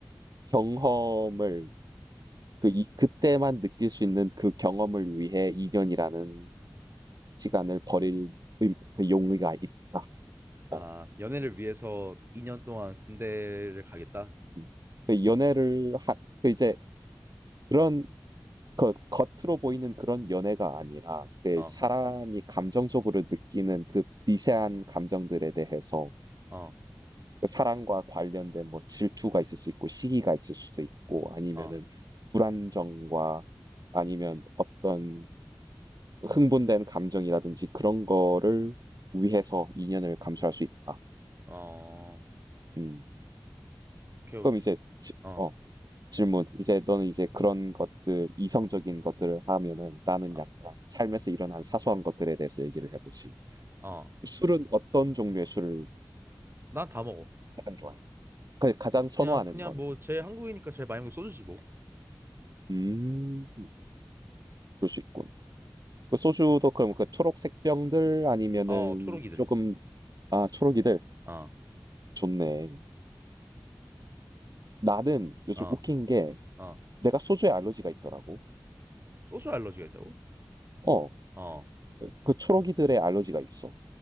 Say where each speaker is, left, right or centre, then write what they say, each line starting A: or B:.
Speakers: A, on the right; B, on the right.
A: 경험을 그 이 그때만 느낄 수 있는 그 경험을 위해 이 년이라는 시간을 버릴 의 그 용의가 있다.
B: 아,
A: 어
B: 연애를 위해서 2년 동안 군대를 가겠다.
A: 음. 그 연애를 하 그 이제 그런 겉 겉으로 보이는 그런 연애가 아니라 그
B: 어,
A: 사람이 감정적으로 느끼는 그 미세한 감정들에 대해서
B: 어,
A: 그 사랑과 관련된 뭐 질투가 있을 수 있고 시기가 있을 수도 있고 아니면은
B: 어,
A: 불안정과 아니면 어떤 흥분된 감정이라든지 그런 거를 위해서 인연을 감수할 수 있다.
B: 어,
A: 음.
B: 오케이, 오케이.
A: 그럼 이제 지
B: 어,
A: 어 질문. 이제 너는 이제 그런 것들 이성적인 것들을 하면은 나는
B: 아,
A: 약간 삶에서 일어난 사소한 것들에 대해서 얘기를 해 보지.
B: 어.
A: 술은 어떤 종류의 술을
B: 난 다 먹어.
A: 가장 좋아해? 그 가장 선호하는
B: 그냥 그냥
A: 거는?
B: 뭐 제 한국이니까 제일 많이 먹는 게 소주지 뭐.
A: 음. 그럴 수 있군. 그 소주도 그럼 그 초록색 병들 아니면은
B: 어 초록이들.
A: 조금 아 초록이들.
B: 어
A: 좋네. 나는 요즘
B: 어
A: 웃긴 게
B: 어
A: 내가 소주에 알러지가 있더라고.
B: 소주 알러지가 있다고?
A: 어.
B: 어 어
A: 그 그 초록이들의 알러지가 있어.